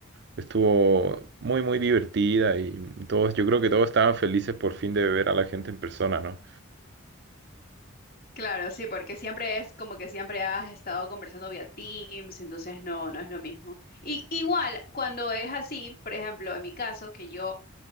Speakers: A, on the right; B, on the left.
A: estuvo muy, muy divertida y todos, yo creo que todos estaban felices por fin de ver a la gente en persona, ¿no?
B: Claro, sí, porque siempre es como que siempre has estado conversando vía Teams, entonces no, no es lo mismo. Y igual, cuando es así, por ejemplo, en mi caso, que yo